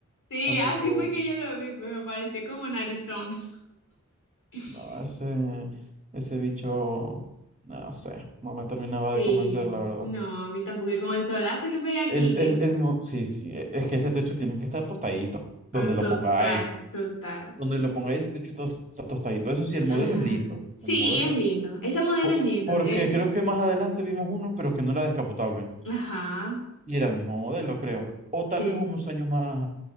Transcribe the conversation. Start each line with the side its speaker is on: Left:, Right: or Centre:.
Left: Sí,
Right: Tampoco,
Left: así fue que yo lo vi, pues me pareció como narizón. <laughs>
Right: no, ese, ese bicho, no sé, no me terminaba
Left: Sí,
Right: de convencer, la verdad.
Left: no, a mí tampoco, y con el solazo que pega aquí,
Right: El, el,
Left: ¿eh?
Right: el, mo- sí, sí, e- es que ese techo tiene que estar tostadito,
Left: Oh,
Right: donde
Left: total,
Right: lo pongáis.
Left: total.
Right: Donde lo pongáis, ese techo tos- está tostadito. Eso sí, el modelo
Left: Ajá.
Right: es lindo,
Left: Sí,
Right: el modelo.
Left: es lindo. Ese modelo
Right: Po-
Left: es lindo,
Right: porque
Left: de hecho.
Right: creo que más adelante vimos uno, pero que no era descapotable.
Left: Ajá,
Right: Y era el mismo modelo, creo. O tal
Left: sí.
Right: vez unos años más